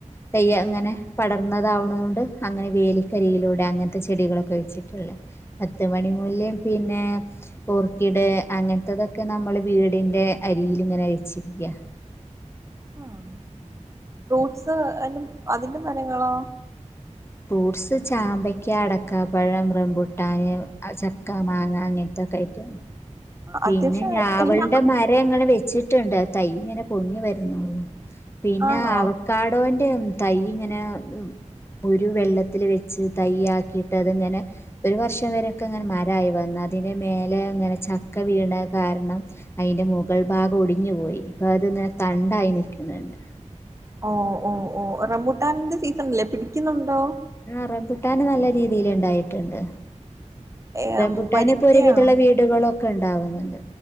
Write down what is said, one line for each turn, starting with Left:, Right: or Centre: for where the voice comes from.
Left: തൈ്യ അങ്ങനെ പടർന്നതാവുന്നതുകൊണ്ട് അങ്ങനെ വേലിക്കരിയിലൂടെ അങ്ങനെ ത്തെ ചെടികളൊക്കെ വെച്ചിട്ടുള്ള പത്ത് മണി മൂല്ം പിന്നെ ഓർക്കിഡ് അങ്ങനത്തതൊക്കെ നമ്മള് വീടിന്റെ അരിൽ ഇങ്ങനെ വെച്ചിരിക്കയാ
Right: ആഹ് ഫ്രൂട്ട്സ് അഹ് അതിന്റെ മരങ്ങളാ
Left: ഫ്രൂട്ട്സ് ചാമ്പയ്ക്ക അടക്കാ പഴം റം പുട്ടാന്ൻ ചക്ക മാങ്ങ അങ്ങനെ തക്ക ഐറ്റം പിന്നെ
Right: അത്യാവശ്യം
Left: ഞാവളുടെ
Right: എല്ലാ
Left: മരം അങ്ങനെ വെച്ചിട്ടുണ്ട് തൈ ഇങ്ങനെ പൊങ്ങി വരരുന്നുള്ളു പിന്നെ
Right: ആണോ
Left: അവക്കാടോന്റെ തൈ ഇങ്ങനെ ഒരു വെള്ളത്തിൽ വെച്ച് തൈ ആക്കിയിട്ട് അതിങ്ങനെ ഒരു വർഷം വരെൊക്കെ ഇങ്ങനെ മരമായി വന്നു അതിന്റെ മേലെ അങ്ങനെ ചക്ക വീണ കാരണം അതിന്റെ മുഗൾ ഭാഗം ഒടിഞ്ഞു പോയി ഇപ്പൊ അത് ഇങ്ങനെ തണ്ടായി നൽക്കുന്നുണ്ട്
Right: ഓ ഓ ഓ റമൂട്ടാന്റെ സീസൺ അല്ലേ പിടിക്കുന്നുണ്ടോ
Left: ആഹ് റബുട്ടാന് നല്ല രീതിൽ ഉണ്ടായിട്ടുണ്ട്
Right: ഏ
Left: റംപുട്ടാനെപ്പോൊ
Right: വരിക്കയാണോ
Left: ഒരു വിധുള്ള വീടുകളൊക്കെ ഉണ്ടാവുന്നുണ്ട്